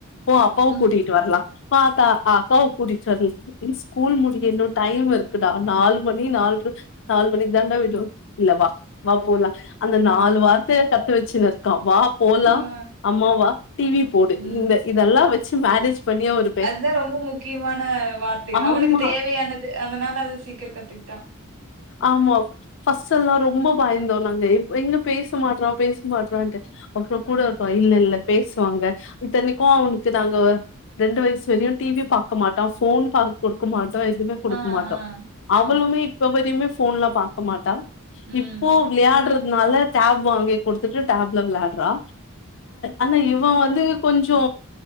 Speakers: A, on the left; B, on the right.
A: ஓ
B: போலாம்.
A: அப்பாவு
B: ஆ,
A: கூட்டிட்டு வரலா பாத்தா அக்காவு கூட்டிட்டு வர் இன் ஸ்கூல் முடின்னு டைம் இரு க்குடா நாலு மணி நால்ர நாலு மணிக்கு தாண்டா வீட்ட விட்டு இல்ல வா வா போலாம் அந்த நாலு
B: ஆ,
A: வார்த்தைய கத்து வச்சின்னு இருக்கான் வா போலா
B: ஆ.
A: அம்மா வா டிவி போடு
B: ம்.
A: இந்த இதெல்லா வெச்சு மேனேஜ் பண்ணியா ஒரு
B: அதுதா ரொம்ப முக்கியமான வார்த்தைகள்
A: ஆமா
B: அவனுக்கு தேவையானது அதனால அது சீக்கிர கத்துக்கிட்டா
A: ஆமா ஃபர்ஸ்ட் எல்லா ரொம்ப பயந்தோ நாங்க இப் இங்க பேச மாட்றா பேச மாட்றான்ட்டு அப்றோ கூட இருக்கோ இல்ல இல்ல பேசுவாங்க இத்தனைக்கு அவனுக்கு நாங்க ரெண்டு வய்சு தெரியு டி வி பாக்க மாட்டா ஃபோன் பாக் குடுக்க மாட்டோ எதுவுமே குடுக்க
B: ஆ,
A: மாட்டோ
B: ஆ, ஆ.
A: அவளுமே இப் வதியுமே ஃபோன்ல பாக்க மாட்டா
B: ம்.
A: இப்போ விளயாட்றதுனால டேப் வாங்கி குடுத்துட்டு டேப்ல விளாட்றா ஆனா
B: ம்.
A: இவ வந்து கொஞ்சோ